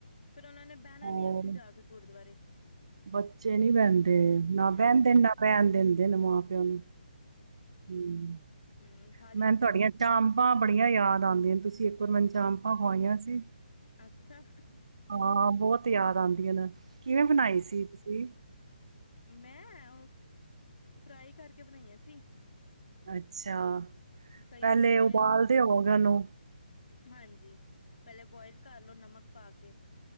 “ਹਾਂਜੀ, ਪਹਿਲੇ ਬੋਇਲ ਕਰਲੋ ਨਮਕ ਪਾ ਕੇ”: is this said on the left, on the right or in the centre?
Left